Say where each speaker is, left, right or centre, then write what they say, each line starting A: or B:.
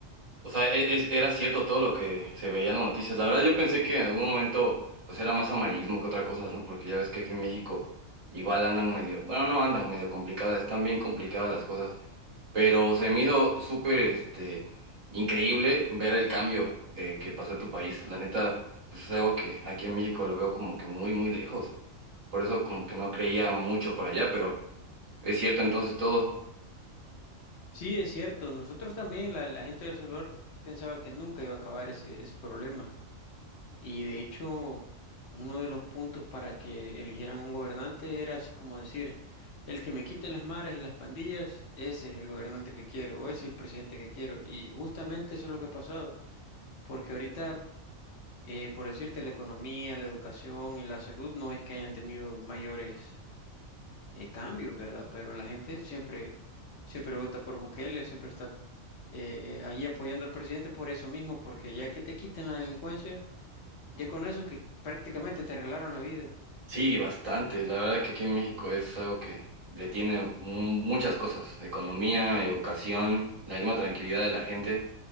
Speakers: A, on the right; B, on the left.
A: O sea, e- es- era cierto todo lo que se veía en las noticias. La verdad yo pensé que en algún momento pues era más amarillismo que otra cosa, ¿no? Porque ya ves que aquí en México igual andan medio, bueno, no andan medio complicadas, están bien complicadas las cosas. Pero se me hizo súper este, increíble ver el cambio eh, que pasó en tu país. La neta, pues es algo que aquí en México lo veo como que muy, muy lejos. Por eso como que no creía mucho por allá, pero es cierto entonces todo.
B: Sí, es cierto, nosotros también, la, la gente de El Salvador pensaba que nunca iba a acabar ese, ese problema. Y de hecho, uno de los puntos para que eligieran un gobernante era así como decir, el que me quite las maras y las pandillas, ese es el gobernante que quiero, o ese es el presidente que quiero. Y justamente eso es lo que ha pasado, porque ahorita, eh, por decirte, la economía, la educación y la salud no es que hayan tenido mayores eh, cambios, ¿verdad? Pero la gente siempre, siempre vota por Bukele, siempre está eh, eh, ahí apoyando al presidente por eso mismo, porque ya que te quiten la delincuencia ya con eso que prácticamente te arreglaron la vida.
A: Sí, bastante. La verdad que aquí en México es algo que detiene mu- muchas cosas. Economía, educación, la misma tranquilidad de la gente.